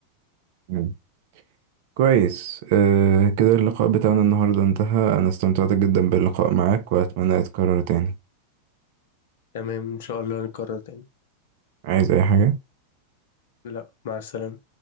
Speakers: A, on the right; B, on the left.
A: ايه كويس آه كده اللقاء بتاعنا النهاردة انتهى أنا استمتعت جدا باللقاء معاك وأتمنى يتكرر تاني
B: تمام إن شاء الله نكرر تاني
A: عايز أي حاجة؟
B: لا مع السلامة